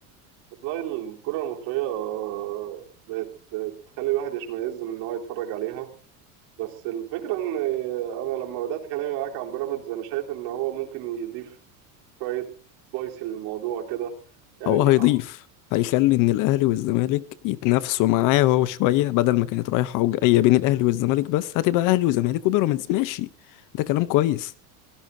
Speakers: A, on the right; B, on the left.
A: والله الكرة المصرية آه، بقت تخلي الواحد يشمئز من إن هو يتفرج عليها بس الفكرة إن أنا لما بدأت كلامي معاك عن بيراميدز أنا شايف إن هو ممكن يضيف شوية سبايسي للموضوع كده يعني
B: هو
A: تيجي
B: هيضيف هيخلي ان الاهلي والزمالك يتنافسوا معاه هو شويه بدل ما كانت رايحه وجايه بين الاهلي والزمالك بس هتبقى اهلي وزمالك وبيراميدز ماشي ده كلام كويس